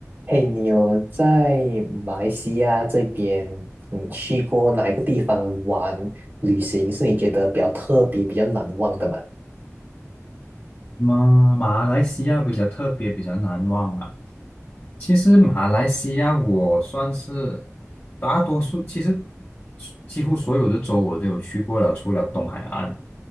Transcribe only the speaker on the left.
马马来西亚比较特别，比较难忘啊。其实马来西亚我算是大多数，其实几乎所有的州我都有去过了，除了东海岸。